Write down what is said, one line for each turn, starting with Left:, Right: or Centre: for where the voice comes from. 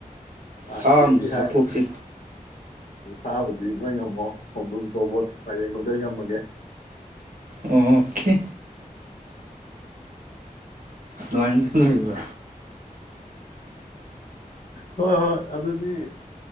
Left: ꯂꯥꯛꯀꯦꯗꯤ
Right: ꯁꯥ ꯑꯃꯁꯨ
Left: ꯍꯥꯏ
Right: ꯆꯥꯊꯣꯛꯁꯤ
Left: ꯁꯥꯕꯨꯗꯤ ꯅꯣꯏ ꯉꯝꯃꯣ ꯈꯣꯡꯗ꯭ꯔꯨꯝ ꯇꯣꯔꯕꯣꯠ ꯃꯥꯏꯔꯦꯟ ꯒꯨꯝꯕꯗꯤ ꯑꯩꯟ ꯉꯝꯃꯒꯦ
Right: ꯑꯣꯀꯦ ꯗꯨꯃꯥꯏꯅꯁꯨ ꯂꯩꯕ꯭ꯔꯣ
Left: ꯍꯣꯏ ꯍꯣꯏ ꯑꯗꯨꯗꯤ